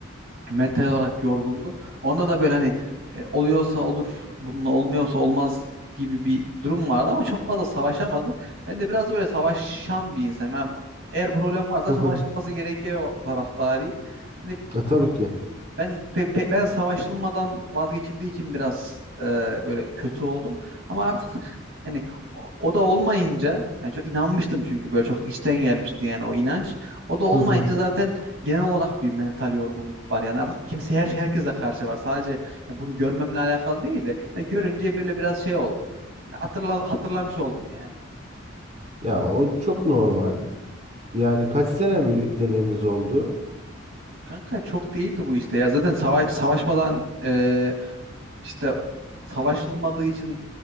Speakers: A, on the right; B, on the right.
A: mental olarak yorgundu. Onda da böyle hani e, oluyorsa olur, bunun olmuyorsa olmaz gibi bir durum vardı ama çok fazla savaşamadı. Ben de biraz da böyle savaşan bir insanım. Yani eğer problem varsa
B: Hı hı.
A: savaşılması gerekiyor taraftarıyım. Hani
B: E, tabii ki.
A: ben pe- pe- ben savaşılmadan vazgeçildiği için biraz e, böyle kötü oldum. Ama artık yani o, o da olmayınca yani çok inanmıştım çünkü böyle çok içten gelmişti yani o inanç. O da olmayınca
B: Hı hı.
A: zaten genel olarak bir mental yorgunluk var. Yani artık kimse her herkese karşı var. Sadece yani bunu görmemle alakalı değil de yani görünce böyle biraz şey oldum. Yani hatırla, hatırlamış oldum yani.
B: Ya o çok normal. Yani kaç sene birlikteliğiniz oldu?
A: Kanka çok değildi bu işte ya. Zaten sava- savaşmadan e, işte savaşılmadığı için